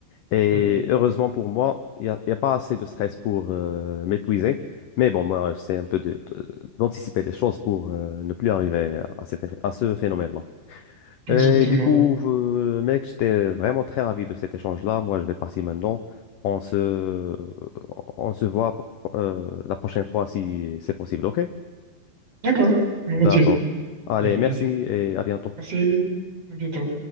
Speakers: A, on the left; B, on the right.
A: Et
B: très bien.
A: heureusement pour moi, il n'y a, il y a pas assez de stress pour euh, m'épuiser. Mais bon, moi, j'essaie un peu de- de- d'anticiper les choses pour euh, ne plus arriver à, cet eff- à ce phénomène-là.
B: Exactement.
A: Et du coup, euh, mec, j'étais vraiment très ravi de cet échange-là. Moi, je vais partir maintenant. On se, euh, on se voit euh, la prochaine fois si c'est possible, ok?
B: D'accord, volontiers,
A: D'accord. Allez,
B: ça fait
A: merci
B: plaisir.
A: et à bientôt.
B: Merci, à bientôt.